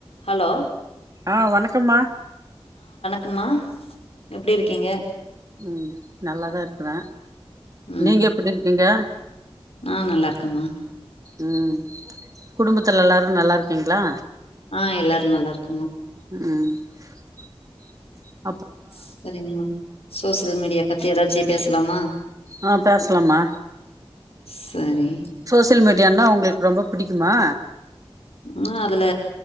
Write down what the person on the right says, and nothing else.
அ வணக்கம்மா
உம் நல்லாதா இருக்குற
நீங்க எப்டி இருக்கீங்க
ம் குடும்பத்துல எல்லாரு நல்லா இருக்கீங்களா
உம்
அ பேசலாமா
சோசியல் மீடியான்னா உங்களுக் ரொம்ப பிடிக்குமா